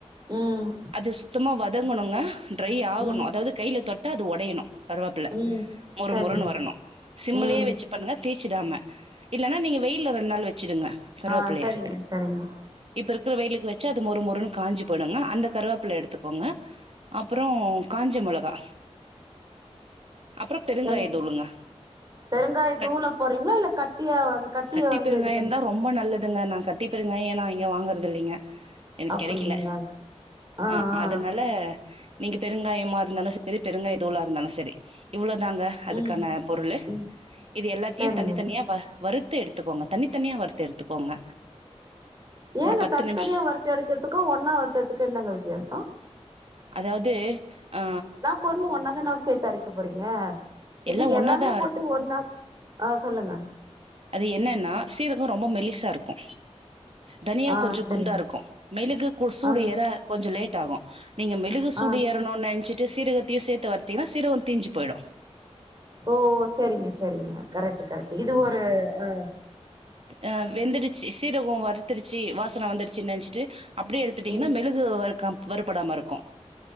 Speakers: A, on the right (about 35°); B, on the right (about 60°).
A: ம்
B: அது சுத்தமா வதங்கணுங்க ட்ரரை ஆகணு
A: ம்
B: அதாவது கைல தொட்ட அது ஒடையணு கருவப்பில
A: ம்
B: மொறு
A: சரிங்க
B: மொறுன்னு வரணு சிம்லயே
A: ம்
B: வச்சு பண்ணுங்க தீச்சுடாம இல்லனா நீங்க வெயில்ல ரெண்டு நாள் வச்சிடுங்க கருவேப்பிள்ளைய
A: ஆ சரிங்க சரிங்க
B: இப்போ இருக்கிற வெயிலக்கு வச்சு அது ஒரு ஒரு மொறு மொறுன்னு காஞ்சி போய்டுங்க அந்த கருவேப்பில எடுத்துக்கோங்க அப்பறோ காஞ்ச மொளகா அப்பறோ பெருங்காய
A: சொல்லு
B: தூளுங்க
A: பெருங்காய
B: கட்
A: தூள போடுறீங்களா இல்ல கட்டியா வந்து கட்டிய
B: கட்டி
A: வந்து
B: பெருங்காயம்
A: இது பண்ணி
B: இருந்தா ரொம்ப நல்லதுங்க நா கட்டிப்பெருங்காயோ ஏன்னா இங்க வாங்கறதில்லைங்க எனக்கு
A: அப்டிங்களா
B: கெடைக்கல
A: ஆ
B: அ
A: ஆ
B: அதனால நீங்க பெருங்காயமா இருந்தாலு சரி பெருங்காய தூளா இருந்தாலு சரி இவ்வளதாங்க அதுக்கான
A: ஆ ம்
B: பொருளு
A: ம்
B: இது எல்லாத்தையு
A: சரிங்க
B: தனி தனியா
A: சரி.
B: வறுத்து எடுத்துக்கோங்க தனித்தனியா வறுத்து எடுத்துக்கோங்க
A: ஏங்க
B: ஒரு பத்து
A: தனித்தனியா
B: நிமிஷோ
A: வறுத்து எடுக்கிறதுக்கு ஒன்னா வறுத்துத்துக்கு என்னங்க வித்தியாச
B: அதாவது ஆ
A: பொருளு ஒன்னா தான சேத்து அரைக்க போறீங்க இப்ப
B: எல்லா
A: எல்லாமே
B: ஒன்னாதா
A: போட்டு
B: அரு
A: ஒன்னா ஆஹ சொல்லுங்க
B: அது என்னன்னா சீரகோ ரொம்ப மெலிசா இருக்கு தனியா
A: ஆ
B: கொஞ்ச
A: சரிங்க
B: குண்டா இருக்கு மெழுகு கு சூடு
A: ஆ
B: ஏற கொஞ்ச லேட் ஆகு நீங்க மெழுகு சூடு
A: ஆ
B: ஏற னுன்னு நெனைச்சுட்டு சீரகத்தையு சேத்த வறுத்திங்கன்னா சீரகோ தீஞ்ஜு போயிடு
A: ஓ சரிங்க சரிங்க கரெக்ட்டு கரெக்ட்டு இது ஒரு ஆ
B: ஆ வெந்துடுச்சு சீரகோ வறுத்துருச்சு வாசனை வந்துருச்சுன்னு நெனைச்சிட்டு அப்படியே எடுத்துட்டிங்கன்னா
A: ம்
B: மெழுகு வருக்க வறுப்படாம இருக்கு